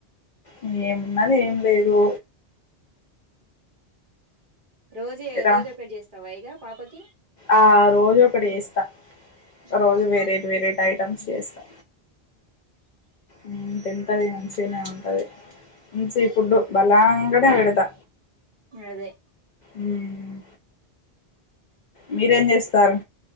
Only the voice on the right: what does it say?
రోజిగ
రోజోక్కటి చేస్తావా ఇగ పాపకి
మ్మ్
మ్మ్
అదే